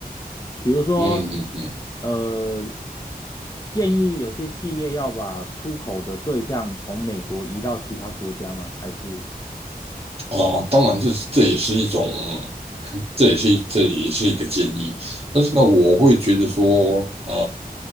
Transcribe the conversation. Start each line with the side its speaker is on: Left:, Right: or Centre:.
Left: 比如说，
Right: 嗯嗯嗯，
Left: 呃，建议有些企业要把出口的对象从美国移到其他国家吗？还是，
Right: 啊、当然这是这也是一种，这也是一这也是一个建议。但是呢，我会觉得说，啊，